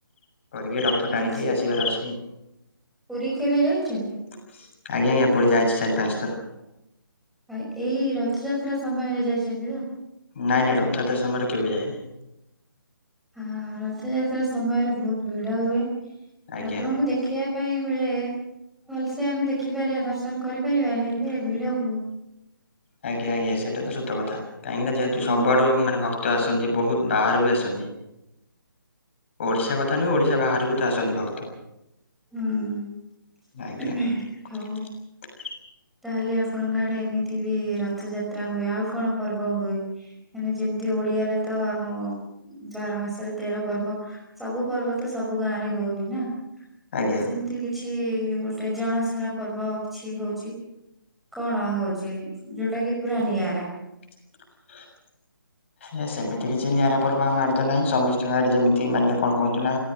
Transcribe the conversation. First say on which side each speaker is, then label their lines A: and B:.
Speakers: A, on the left (about 35°); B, in the centre.
A: କରିକି ରଥ ଟାଣିକି
B: ଆଚ୍ଛା
A: ଆସିବାର ଅଛି।
B: ପୁରୀ କେବେ ଯାଇଚନ୍ତି।
A: ଆଜ୍ଞା ଆଜ୍ଞା ପୁରୀ ଯାଇଛି ଚାରି ପାନ୍ସ ଥର।
B: ଆ ଏଇ ରଥଯାତ୍ରା ସମୟରେ ଯାଇଚନ୍ତି ତ।
A: ନାଇଁ ନାଇଁ ରଥଯାତ୍ରା ସମୟରେ କେବେ ଯାଇନି।
B: ଆଃ ରଥଯାତ୍ରା ସମୟରେ ବୋହୁତ ଭିଡ ହୁଏ
A: ଆଜ୍ଞା।
B: ଠାକୁରଙ୍କୁ ଦେଖିବା ପାଇଁ ମିଳେ ଭଲସେ ଆମେ ଦେଖିପାରିବା ଦର୍ଶନ କରିପାରିବା ହେଲେ ଭିଡ ବୋହୁତ
A: ଆଜ୍ଞା ଆଜ୍ଞା ସେଟା ତ ସତ କଥା କାହିଁକିନା ଯେହେତୁ
B: ହୁଁ
A: ସବୁ ଆଡୁ ମାନେ ଭ କ୍ତ ଆସନ୍ତି ବୋହୁତ ବାହାରୁ ବି ଆସନ୍ତି ଓଡିଶା <unintelligible> <unintelligible> ଓଡିଶା ବାହାରୁବି ତ ଆସନ୍ତି ଭକ୍ତ।
B: ହୁଁ
A: ଆଜ୍ଞା
B: ହଉ।
A: <inaudible>
B: ତାହେଲେ ଆପଣଙ୍କ ଆଡେ ଏମିତି ବି ରଥଯାତ୍ରା ହୁଏ ଆଉ କଣ ପର୍ବ ହୁଏ। ମାନେ ଯେମିତି ଓଡିଆରେ ତ ଆମ ବାର ମାସରେ ତେର ପର୍ବ। ସବୁ ପର୍ବ ତ ସବୁ ଗାଁରେ ହୋଉନି ନା।
A: ଆଜ୍ଞା।
B: ସେମିତି କିଛି ଗୋଟେ ଜଣାଶୁଣା ପର୍ବ କିଛି ହୋଉଚି। କଣ ହୋଉଛି ଯୋଉଡ଼ା କି ପୁରା ନିଆରା।
A: <inaudible> <unintelligible> ସେମିତି କିଛି ନିଆରା ପର୍ବ ଆମ ଆଡେ ତ ନାଇଁ ସମିସ୍ତିଙ୍କ ଆଡେ ଯେମିତି ମାନେ କଣ କୁହନ୍ତୁ ନା